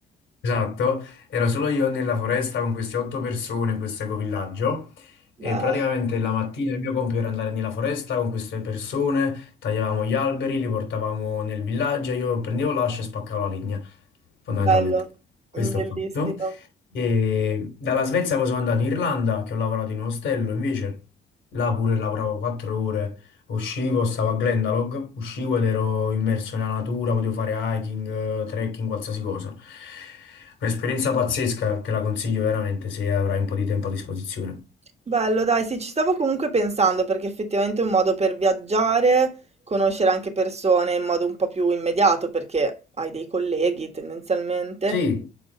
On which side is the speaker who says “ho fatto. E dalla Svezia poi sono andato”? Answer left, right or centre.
Left